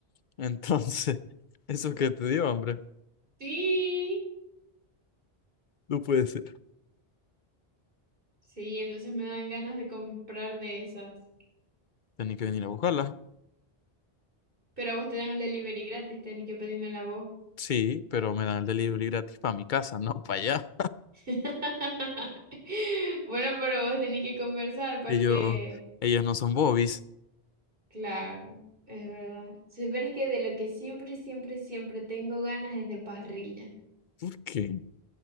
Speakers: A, on the left; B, on the right.
A: Entonces, eso que te dio, hombre.
B: Sí.
A: No puede ser.
B: Sí, entonces me dan ganas de comprar de esas.
A: Tenía que venir a buscarla.
B: Pero a vos te dan el delivery gratis, tenés que pedírmela a vos.
A: Sí, pero me dan el delivery gratis para mi casa, no para allá.
B: <laughs> Bueno, pero vos tenés que conversar para
A: Ellos,
B: que...
A: ellos no son bobis.
B: Claro, es verdad. Si es que de lo que siempre, siempre, siempre tengo ganas es de parrilla.
A: ¿Por qué?